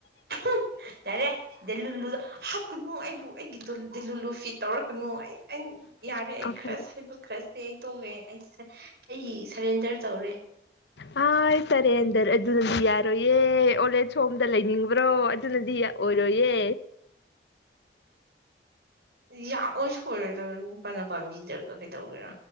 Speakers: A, on the right; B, on the left.
A: ꯎꯛ ꯌꯥꯔꯦ ꯗꯦꯂꯨ ꯂꯨꯗꯣ ꯍꯛ ꯀꯅꯣ ꯑꯩꯕꯨ ꯑꯩꯒꯤ ꯗꯨꯜ ꯗꯤꯜꯂꯨ ꯂꯨ ꯐꯤ ꯇꯧꯔꯛ ꯀꯅꯨ ꯑꯩ ꯑꯩ ꯌꯥꯔꯦ
B: ꯑꯣꯀꯦ
A: ꯑꯩ ꯈ꯭ꯔꯁ ꯍꯥꯏꯕ ꯈ꯭ꯔꯁꯦ ꯑꯩ ꯇꯣꯛꯂꯦ ꯑꯩ ꯁꯔ ꯑꯩ ꯁꯔꯦꯟꯗꯔ ꯇꯧꯔꯦ
B: ꯍꯥꯏ ꯁꯔꯦꯟꯗꯔ ꯑꯗꯨꯅꯗꯤ ꯌꯥꯔꯣꯏꯌꯦ ꯑꯣꯜ ꯑꯦꯖ ꯍꯣꯝꯗ ꯂꯩꯅꯤꯡꯕ꯭ꯔꯣ ꯑꯗꯨꯅꯗꯤ ꯌꯥ ꯑꯣꯏꯔꯣꯏꯌꯦ
A: ꯌꯥꯥꯛꯑꯣꯏ ꯁꯣꯏꯔꯦꯗ ꯅꯨꯄꯥꯅ ꯄꯥꯝꯕꯤꯗ꯭ꯔꯒ ꯀꯩꯗꯧꯒꯦꯔꯥ